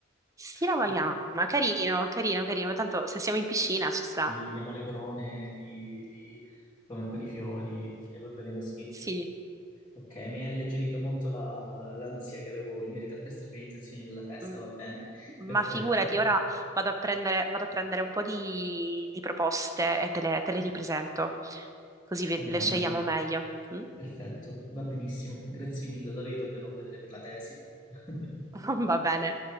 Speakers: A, on the right; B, on the left.
A: Sì, la
B: <laughs>
A: Wayama, carino, carino, carino. Ma Tanto se siamo in piscina ci sarà.
B: ti diamo le corone, ti, li, come con i fiori e va bene così.
A: Sì.
B: Ok, mi ha alleggerito molto la- l'ansia che avevo in merito a queste organizzazioni della festa,
A: Mm.
B: va bene,
A: Ma
B: perfetto,
A: figurati, ora vado a prendere, vado a prendere un po' di, di proposte e te le, te le ripresento, così ve-
B: va bene,
A: le scegliamo meglio. Mm?
B: perfetto, va benissimo, grazie mille, allora ritornerò a vedere per la tesi. <laughs>
A: <laughs> Va bene,